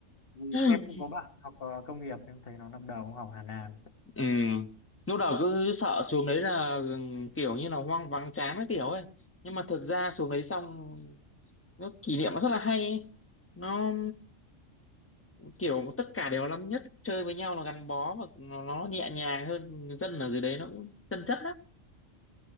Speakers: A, on the left (about 50°); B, on the left (about 15°).
A: Vì
B: <laughs>
A: em cũng có bạn học ờ, công nghiệp em thấy nó năm đầu cũng học Hà Nam
B: ừ. lúc đầu cứ sợ xuống đấy là ừ, kiểu như là hoang vắng chán cái kiểu ấy nhưng mà thực ra xuống đấy xong nó kỷ niệm nó rất là hay ấy. nó kiểu tất cả đều là năm nhất chơi với nhau là gắn bó và nó, nó nhẹ nhàng hơn dân ở dưới đấy nó cũng chân chất lắm